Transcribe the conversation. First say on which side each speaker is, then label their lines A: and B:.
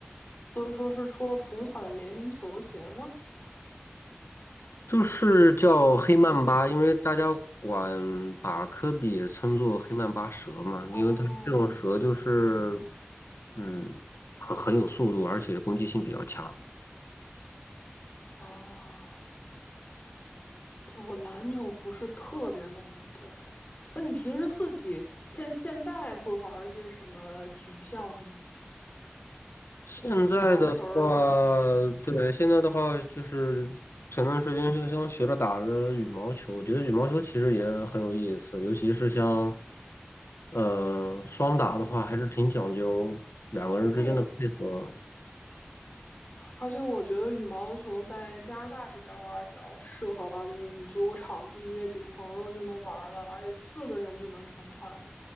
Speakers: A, on the left; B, on the left.
A: 所以说是出了同款的联名球鞋吗？
B: 就是叫黑曼巴，因为大家管把科比也称作黑曼巴蛇嘛，
A: 哦
B: 因为它这种蛇就是，嗯，很很有速度，而且攻击性比较强。
A: 哦，对，我篮球不是特别懂，对。那你平时自己现现在会玩一些什么体育项目呢？
B: 现在的话，
A: 羽毛球儿
B: 对，现在的话就是前段时间就像学着打着羽毛球，我觉得羽毛球其实也很有意思，尤其是像，呃，双打的话，还是挺讲究两个人之间的配合。
A: 配合。而且我觉得羽毛球在加拿大这边玩儿比较适合吧，就是你租个场地，约几个朋友就能玩儿了，而且四个人就能成团，